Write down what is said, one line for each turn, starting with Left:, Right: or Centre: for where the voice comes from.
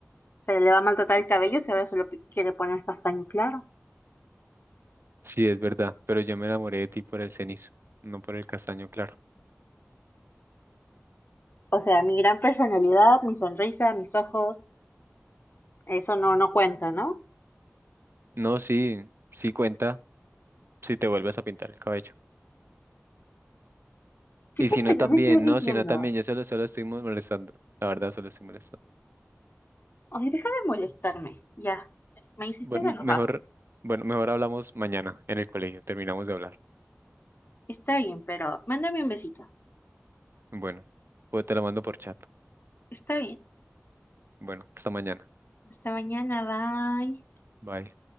Left: se le va a maltratar el cabello si ahora se lo pi- quiere poner castaño claro.
Right: Sí, es verdad, pero yo me enamoré de ti por el cenizo, no por el castaño, claro.
Left: O sea, mi gran personalidad, mi sonrisa, mis ojos, eso no, no cuenta, ¿no?
Right: No, sí, sí cuenta si te vuelves a pintar el cabello.
Left: ¿Qué
Right: Y
Left: tontería
Right: si no también,
Left: me estás diciendo?
Right: no, si no también, yo solo, solo estoy mo- molestando, la verdad solo estoy molestando.
Left: Ay, deja de molestarme, ya. Me hiciste
Right: Bueno,
Left: enojar.
Right: mejor, bueno, mejor hablamos mañana en el colegio, terminamos de hablar.
Left: Está bien, pero mándame un besito.
Right: Bueno, pues te lo mando por chat.
Left: Está bien.
Right: Bueno, hasta mañana.
Left: Hasta mañana, bye.
Right: Bye.